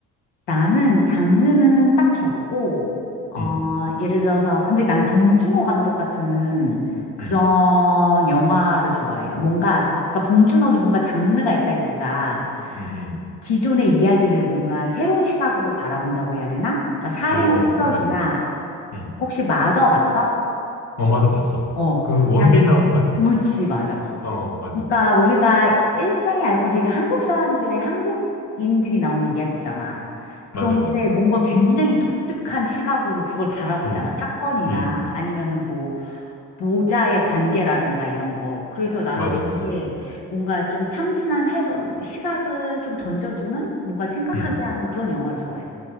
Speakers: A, on the left; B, on the left.
A: 나는 장르는 딱히 없고, 어,
B: 음,
A: 예를 들어서, 근데 난 봉준호 감독 같은 그런
B: 음,
A: 영화를 좋아해. 뭔가, 그러니까 봉준호도 뭔가 장르가 있다기보다
B: 음,
A: 기존의 이야기를 뭔가 새로운 시각으로 바라본다고 해야 되나? 그러니까 살인의
B: 음. 어,
A: 추억이나
B: 그 맞아. 음,
A: 혹시 마더 봤어?
B: 엄마도 봤어.
A: 어,
B: 그 원빈
A: 약,
B: 나오는 거 아니었나?
A: 그치, 맞아.
B: 어, 맞아,
A: 그러니까 우리가 일상이 알고는 되게 한국 사람들의 한국인들이 나오는 이야기잖아. 그런데
B: 맞아, 맞아.
A: 뭔가 굉장히 독특한 시각으로 그걸 바라보잖아.
B: 음,
A: 사건이나
B: 음,
A: 아니면은 뭐 모자의 관계라든가 이런 거. 그래서 나는
B: 맞아, 맞아.
A: 그게
B: 음.
A: 뭔가 좀 참신한 새로운 시각을 좀 던져주는 뭔가를 생각하게
B: 음.
A: 하는 그런 영화를 좋아해.